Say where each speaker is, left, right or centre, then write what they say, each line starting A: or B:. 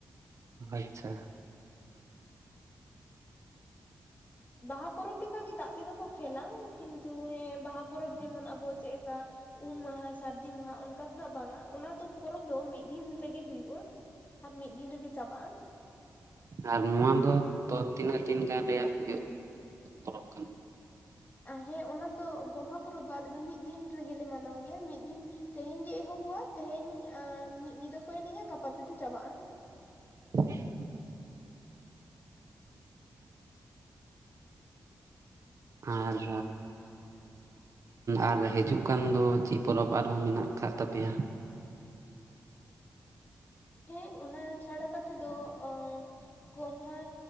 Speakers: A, on the right; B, on the left.
A: ᱟᱪᱪᱷᱟ᱾
B: ᱵᱟᱦᱟ ᱯᱚᱨᱚᱵᱽ ᱞᱮᱠᱟᱜᱮ ᱫᱟᱜ ᱛᱮᱫᱚ ᱠᱚ ᱠᱷᱮᱞᱟ, ᱠᱤᱱᱛᱩ ᱦᱮᱸ ᱵᱟᱦᱟ ᱯᱚᱨᱚᱵᱽ ᱡᱮᱢᱚᱱ ᱟᱵᱚ ᱪᱮᱫᱠᱟ ᱩᱢ ᱢᱟᱦᱟ ᱥᱟᱹᱨᱫᱤ ᱢᱟᱦᱟ ᱚᱱ ᱠᱟ ᱫᱚ ᱱᱟᱜ ᱵᱟᱝᱼᱟ, ᱚᱱᱟ ᱫᱚ ᱯᱚᱨᱚᱵᱽ ᱫᱚ ᱢᱤᱫ ᱫᱤᱱ ᱨᱮᱜᱮ ᱦᱩᱭᱩᱜᱼᱟ ᱟᱨ ᱢᱤᱫ ᱨᱮᱜᱮ ᱪᱟᱵᱟᱜᱼᱟ᱾
A: ᱟᱨ ᱱᱚᱣᱟ ᱫᱚ ᱛᱚ ᱛᱤᱱᱟᱹᱜ ᱫᱤᱱ ᱜᱟᱱ ᱨᱮᱭᱟᱜ ᱦᱩᱭᱩᱜ ᱯᱚᱨᱚᱵᱽ ᱠᱟᱱᱟ?
B: ᱦᱮᱸ ᱚᱱᱟ ᱫᱚ ᱜᱚᱢᱦᱟ ᱯᱚᱨᱚᱵᱽ ᱫᱚ ᱟᱞᱮ ᱫᱚ ᱢᱤᱫ ᱫᱤᱱ ᱨᱮᱜᱮ ᱢᱟᱱᱟᱣ ᱜᱮᱭᱟ ᱢᱤᱫ ᱫᱤᱱ ᱛᱮᱦᱮᱧ ᱜᱮ ᱮᱦ ᱦᱚᱵᱚᱜ-ᱟ ᱛᱮᱦᱮᱧ ᱢᱤᱫ ᱧᱤᱫᱟᱹ ᱠᱚ ᱮᱱᱮᱡᱼᱟ ᱜᱟᱯᱟ ᱛᱮᱫᱚ ᱪᱟᱵᱟᱜᱼᱟ᱾
A: <inaudible> ᱟᱨ ᱟᱨ ᱦᱤᱡᱩᱜ ᱠᱟᱱ ᱫᱚ ᱪᱮᱫ ᱯᱚᱨᱚᱵᱽ ᱟᱨᱦᱚᱸ ᱢᱮᱱᱟᱜ ᱠᱟᱫ ᱛᱟᱯᱮᱭᱟ?
B: ᱦᱮᱸ ᱚᱱᱟ ᱪᱷᱟᱲᱟ ᱠᱟᱛᱮᱫ ᱫᱚ ᱚ ᱜᱚᱢᱦᱟ